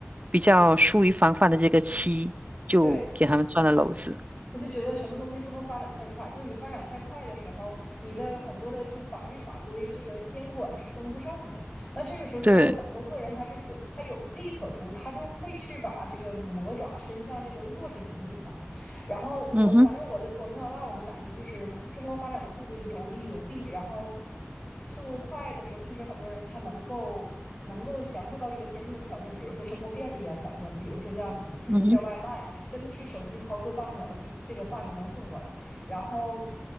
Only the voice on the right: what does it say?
比较疏于防范的这个期，就给他们钻了篓子。
对，
嗯哼，
嗯哼，